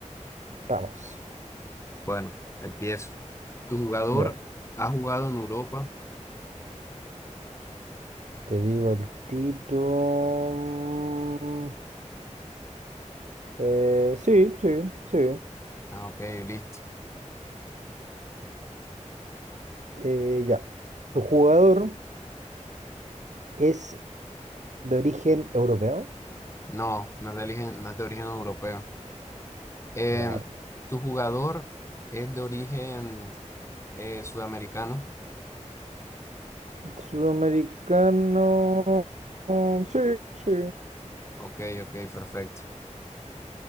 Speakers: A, on the right (about 70°); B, on the left (about 20°).
A: estamos.
B: Bueno, empiezo. ¿Tu jugador
A: Ya.
B: ha jugado en Europa?
A: Te digo el título... mm, eh, sí, sí, sí.
B: Ah, ok, listo.
A: Eh, ya. Tu jugador es de origen europeo.
B: No, no es de origen, no es de origen europeo. Em,
A: Ya,
B: ¿tu jugador es de origen eh, sudamericano?
A: Sudamericano. mm, Sí, sí.
B: Ok, ok, perfecto.